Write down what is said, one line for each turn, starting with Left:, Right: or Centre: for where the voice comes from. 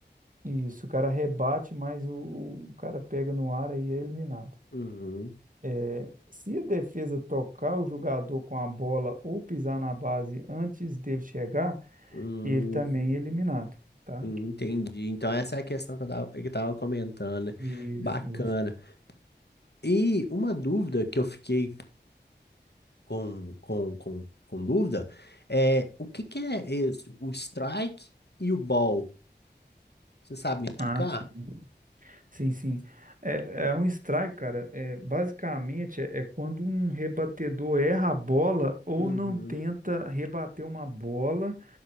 Right: Isso, o cara rebate, mas o, o cara pega no ar aí é eliminado.
Left: Uhum.
Right: É, se a defesa tocar o jogador com a bola ou pisar na base antes dele chegar,
Left: Hum,
Right: ele também é eliminado, tá?
Left: hum, entendi. Então essa é a questão que eu tava, que eu tava comentando, né?
Right: Isso,
Left: Bacana.
Right: isso.
Left: E uma dúvida que eu fiquei com, com, com, com dúvida, é, o que que é esse, o strike e o ball? Você sabe me explicar?
Right: Ah, sim, sim, sim. É, é um strike, cara. É, basicamente, é, é quando um rebatedor erra a bola ou
Left: Uhum,
Right: não tenta rebater uma bola